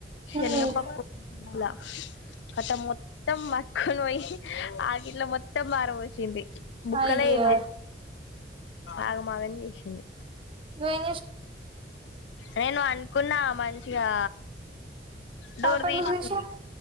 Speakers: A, on the left; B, on the right.
A: శనగపప్పు
B: హ్మ్
A: <unintelligible> కట్టా మ మొత్తం మకులు పోయి ఆగిట్లో మొత్తం పరవోసింది బుక్కలా
B: అయ్యో
A: ఏం ఆగం ఆగం చేసింది
B: <unintelligible> మరి
A: నేను అనుకున్నా మంచిగా
B: తలుపు
A: డోర్
B: ఎందుకు
A: తీసింది
B: తీసినవ్